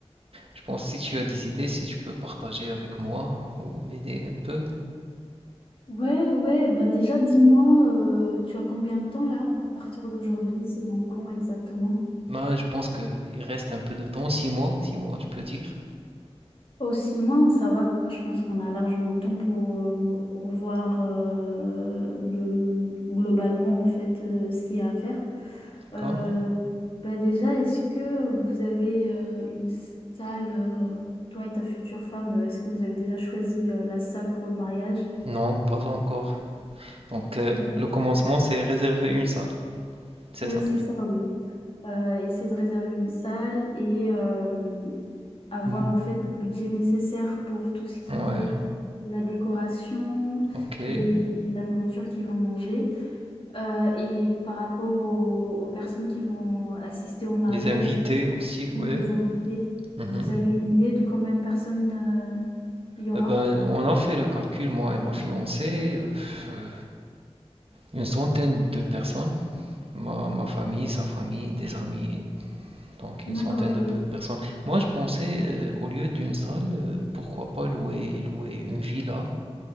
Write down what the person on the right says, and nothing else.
je pense si tu as des idées, si tu peux partager avec moi ou m'aider un peu.
Bah, je pense qu'il reste un peu de temps, six mois, six mois, je peux dire.
D'accord?
Non, pas encore. Donc, euh,
le commencement, c'est réserver une salle, c'est
ça.
Mm.
Ouais,
ok.
Les invités aussi, ouais.
Mhm.
Euh, ben, on a fait le calcul, moi et ma fiancée, euh, euh, une centaine de personnes. Ma, ma famille, sa famille, des amis, donc
une centaine de
pe- personnes. Moi, je pensais, euh, au lieu d'une salle, euh, pourquoi pas louer, louer une villa